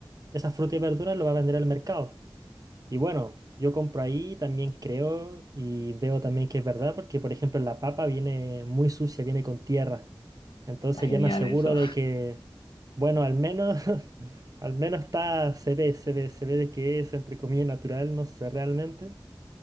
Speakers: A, on the right; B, on the left.
A: esas frutas y verduras lo va a vender al mercado. Y bueno, yo compro ahí, también creo y veo también que es verdad, porque por ejemplo la papa viene muy sucia, viene con tierra. Entonces
B: <laughs> Genial
A: ya me aseguro
B: eso.
A: de que, bueno, al menos, <laughs> al menos está, se ve, se ve, se ve de que es entre comillas natural, no sé realmente,